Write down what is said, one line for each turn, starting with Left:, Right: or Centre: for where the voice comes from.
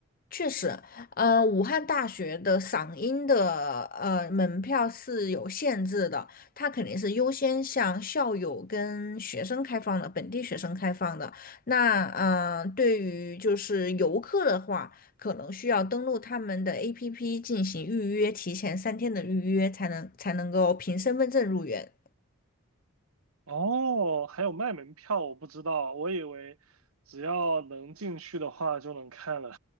Left: 确实，呃，武汉大学的嗓音的呃门票是有限制的，它肯定是优先向校友跟学生开放的，本地学生开放的。那呃，对于就是游客的话，可能需要登录他们的 APP 进行预约，提前三天的预约才能才能够凭身份证入园。
Right: 哦，还有卖门票，我不知道，我以为只要能进去的话就能看了。